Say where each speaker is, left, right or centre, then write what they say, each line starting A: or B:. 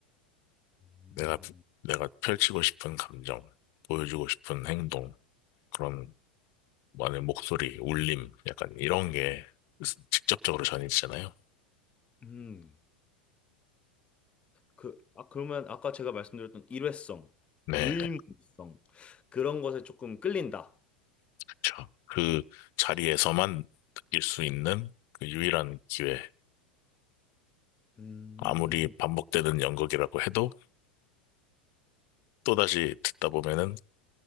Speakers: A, on the left (about 25°); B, on the left (about 55°).
A: 음,
B: 내가, 내가 펼치고 싶은 감정, 보여주고 싶은 행동, 그런 많은 목소리, 울림, 약간 이런 게 직접적으로 전해지잖아요.
A: 음, 그, 아, 그러면 아까 제가 말씀드렸던 일회성,
B: 네,
A: 유일무이성
B: 네,
A: 그런 것에 조금 끌린다.
B: 그렇죠. 그 자리에서만 느낄 수 있는 그 유일한 기회.
A: 음,
B: 아무리 반복되는 연극이라고 해도 또다시 듣다 보면은